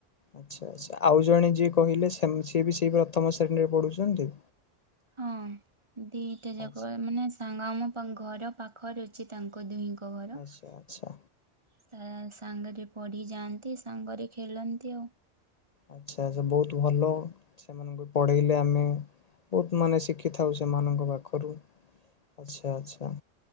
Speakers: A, on the left; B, on the right.
A: ଆଚ୍ଛା ଆଛା ଆଉ ଜଣେ ଯିଏ କହିଲେ ସେମ ସିଏ ବି ସେଇ ପ୍ରଥମ ଶ୍ରେଣୀରେ ପଢୁଛନ୍ତି?
B: ହଁ ଦିଟା ଯାକ
A: ଆଚ୍ଛା
B: ମାନେ ସାଙ୍ଗ ଆମ ପ ଘର ପାଖରେ ଅଛି ତାଙ୍କ ଦୁହିଁଙ୍କ ଘର
A: ଆଚ୍ଛା
B: ତା
A: ଆଚ୍ଛା ଆଚ୍ଛା।
B: ସାଙ୍ଗରେ ପଢ଼ିଯାଆନ୍ତି ସାଙ୍ଗରେ ଖେଳନ୍ତି ଆଉ।
A: ଆଚ୍ଛା ଆଛା ବହୁତ ଭଲ ସେମାନଙ୍କୁ ପଢେଇଲେ ଆମେ ବହୁତ ମାନେ ଶିଖିଥାଉ ସେମାନଙ୍କ ପାଖରୁ ଆଚ୍ଛା ଆଛା